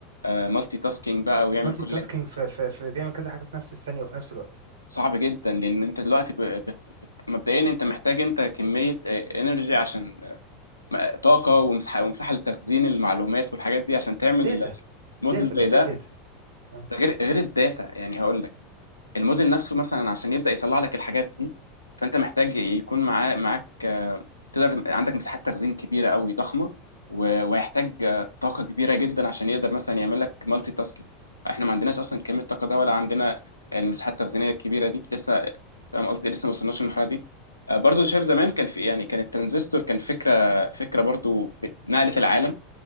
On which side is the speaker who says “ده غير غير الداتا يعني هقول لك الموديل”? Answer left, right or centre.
Left